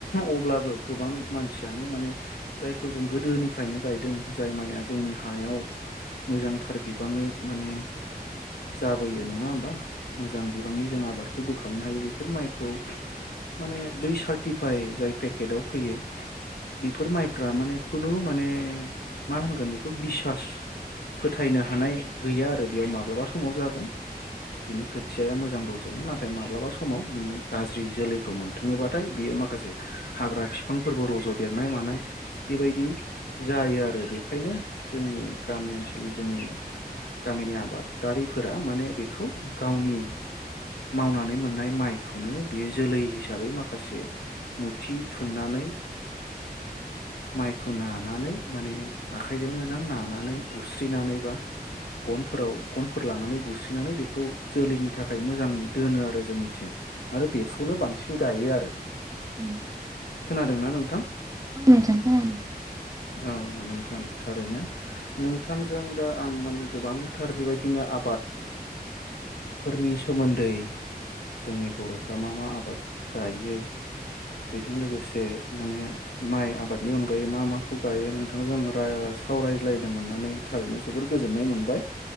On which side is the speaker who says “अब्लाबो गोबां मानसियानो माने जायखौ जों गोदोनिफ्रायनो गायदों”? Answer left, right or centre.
Left